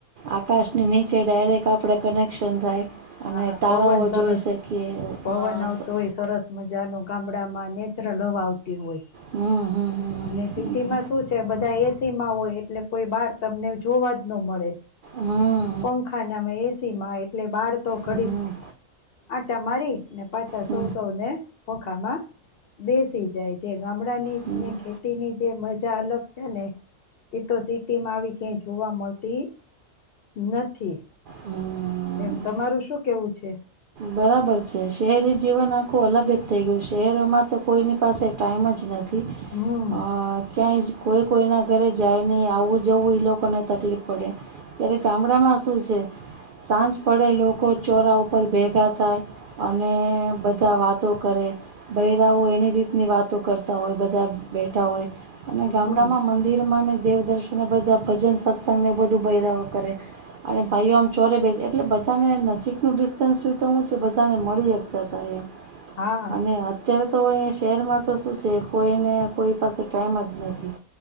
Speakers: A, on the right (about 80°); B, on the left (about 60°).
A: આકાશની નીચે ડાયરેક આપણે કનેક્શન થાય.
B: હા
A: અને તારાઓ
B: પવન સરસ
A: જોઈ શકીએ
B: પવન
A: અ,
B: આવતો
A: સ-
B: હોય સરસ મજા નું કામ <unintelligible> માં નેચરલ હવા આવ તી હોય,
A: હમ હમ
B: અને સિટીમાં
A: હમ
B: શું છે બધા એસ સી માં હોય એટલે કોઈ બાર તમને જોવા જ ન મળે.
A: હમ
B: પંખા ના માં ને એસી માં એટલે બાર તો ઘડીક
A: હમ હમ
B: આટા મારી ને પાછા
A: હમ હમ હમ
B: સૌ
A: હમ હમ
B: સૌને ખોખામાં બેસ સી જાય જેમ. ગામડા ની
A: હમ હમ
B: ને ખેતીની જે મજા અલગ છે ને એતો સિટી માં આવી ક્યાય જોવા મળતી નથી.
A: હમ
B: એમ. તારું શું કેવું છે?
A: બરાબર છે. શહેરી જીવન આખું અલગ જ થઈ ગયું. શહેરોમાં તો કોઈની પાસે ટાઈમ જ નથ થી
B: હમ
A: અહ ક્યાંય જ કોઈ કોઈના ઘરે જાય નહીં, આવવું જવું એ લોકોને તકલીફ પડે, ત્યારે ગામડામાં શું છે સાંજ પડે લોકો ચોરા ઉપ પર ભેગા થાય અને બધા વાતો કરે બૈરાઓ એની રીતની વાતો કરતા હોય બધા બેઠા હોય. અને ગામડામાં
B: હમ
A: મંદિર માંને દેવદર્શનને બધા ભજન સત્સંગને એ બધું બૈરાવો કરે અને ભાઈઓ આમ ચોરે બેસે એટલે બધાને નજીકનું <unintelligible> <unintelligible> છે બધાને મળીતા હકતા એમ
B: હા
A: અને અત્યારે તો અહીંયા શહેરમાં તો શું છે કોઈને કોઈ પાસે ટાઈમ જ નથી.